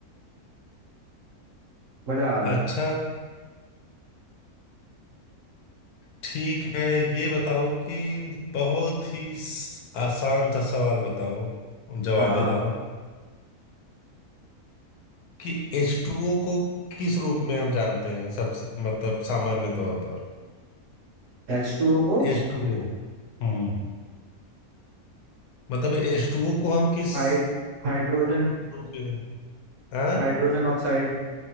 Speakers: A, on the right; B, on the left.
A: मजा आ रहा
B: अच्छा ठीक है ये बताओ कि बहुत ही स- आसान सा सवाल बताओ जवाब
A: हाँ हाँ
B: बताओ कि एच टू ओ को किस रूप में हम जानते हैं सबसे मतलब सामान्य तौर पर
A: H two ओ को
B: एच टू ओ हम्म मतलब एच टू ओ को हम किस
A: हाइड hydrogen
B: रूप में हाँ
A: hydrogen oxide